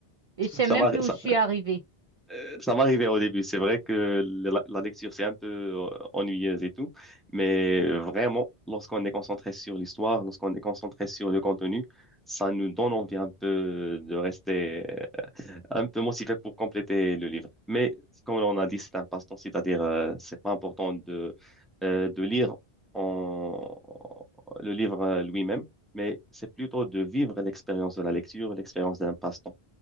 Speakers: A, on the right (about 50°); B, in the centre.
A: Et je sais
B: Ça
A: même
B: m'a-
A: plus
B: ça,
A: où je suis arrivée.
B: euh, ça m'arrivait au début. C'est vrai que la, la lecture, c'est un peu euh, ennuyeuse et tout, mais vraiment, lorsqu'on est concentré sur l'histoire, lorsqu'on est concentré sur le contenu, ça nous donne envie un peu de rester. un peu motivé pour compléter le livre. Mais comme on a dit, c'est un passe-temps, c'est-à-dire euh, c'est pas important de euh, de lire en- le livre euh, lui-même, mais c'est plutôt de vivre l'expérience de la lecture, l'expérience d'un passe-temps.